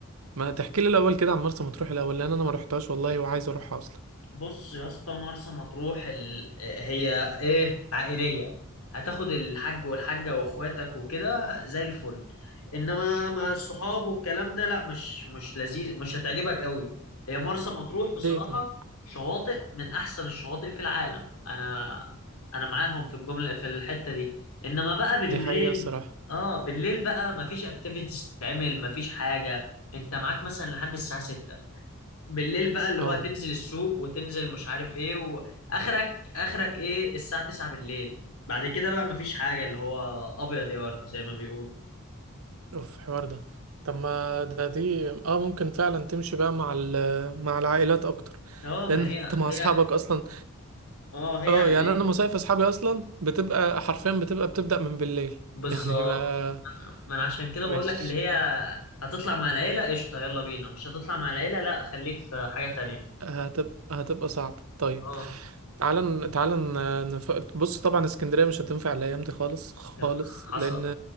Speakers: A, on the right (about 75°); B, on the left (about 85°).
A: ما تحكي لي الاول كده عن مرسى مطروح الاول لان انا ما رحتهاش والله وعايز اروحها اصلا
B: بص يا اسطى مرسى مطروح ال... هي ايه عائلية هتاخد الحاج والحاجة واخواتك وكده زي الفل انما مع الصحاب والكلام ده لا مش مش لذيذ مش هتعجبك قوي هي مرسى مطروح بصراحة
A: ليه طيب
B: شواطئ من احسن الشواطئ في العالم انا انا معاهم في الجملة في الحتة دي انما بقى بالليل
A: دي حقيقة الصراحة
B: اه بالليل بقى مفيش اكتيفيتيز تتعمل مفيش حاجة انت معاك مثلا لحد الساعة 6 بالليل بقى اللي
A: اه
B: هو تنزل السوق وتنزل مش عارف ايه واخرك اخرك ايه الساعة 9 بالليل بعد كده بقى مفيش حاجة اللي هو ابيض يا ورد زي ما بيقولوا
A: اوف حوار ده طب ما ده دي اه ممكن فعلا تمشي بقى مع ال... مع العائلات اكتر
B: اه ما
A: لان
B: هي
A: انت مع
B: هي
A: اصحابك اصلا
B: اه هي
A: اه
B: عائلية
A: يعني انا مصايف اصحابي اصلا بتبقى حرفيا بتبقى بتبدأ من بالليل
B: بالظبط
A: <laughs> يعني ما
B: ما انا عشان كده
A: مش
B: بقول لك اللي هي هتطلع مع العيلة قشطة يلا بينا مش هتطلع مع العيلة لا خليك في حاجة تانية
A: هتبقى هتبقى صعبة طيب
B: اه
A: تعالى ن- تعالى ن- نف... بص طبعا اسكندرية مش هتنفع الأيام دي خالص خالص
B: يا- حصل
A: لأن